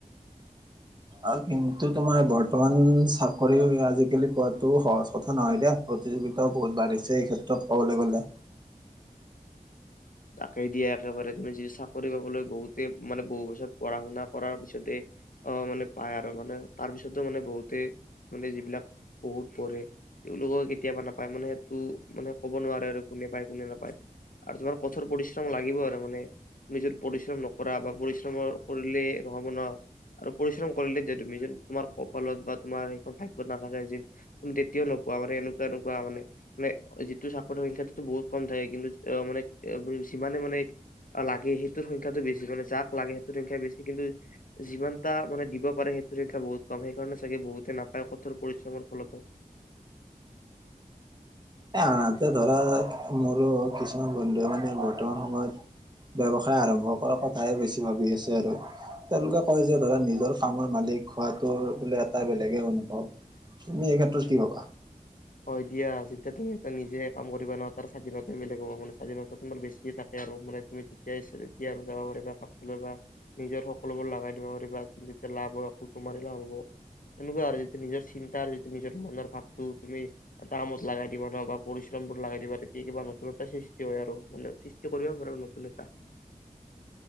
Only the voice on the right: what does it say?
অ', কিন্তু তোমাৰ বৰ্তমান চাকৰিও আজিকালি পোৱাটো সহজ কথা নহয় দে। প্ৰতিযোগিতাও বহুত বাঢ়িছে এই ক্ষেত্ৰত ক'বলৈ গ'লে।
এ আনহাতে ধৰা মোৰো কিছুমান বন্ধু মানে বৰ্তমান সময়ত ব্যয়ৱসায় আৰম্ভ কৰাৰ কথাহে বেছি ভাবি আছে আৰু। তেওঁলোকে কয় যে, ধৰা নিজৰ কামৰ মালিক হোৱাটো বোলে এটা বেলেগে অনুভৱ। তুমি এই ক্ষেত্ৰত কি ভাবা?